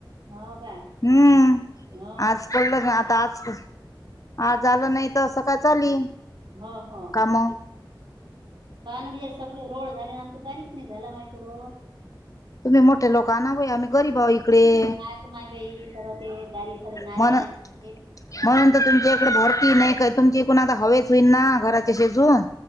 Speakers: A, on the right (about 70°); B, on the left (about 45°).
A: हो का
B: हम्म
A: हो
B: आज कोल ना आता आज हा झालं नाही तर असं काय चाली.
A: हं, हं.
B: काम
A: हा ना <unintelligible> सगळीकडे रोड झाले आमच्या दारीचं नाही झाला माय तो रोड.
B: तुम्ही मोठे लोक आणा बाई आम्ही गरीब आहो इकडे
A: काय त माय बाई खरं ते दारी खर नाल्या
B: म्हण
A: <unintelligible>
B: म्हणून तुमच्या इकडे भरती नाही का तुमचे तिकुण आता हवेच होईल ना घराचे शेजून.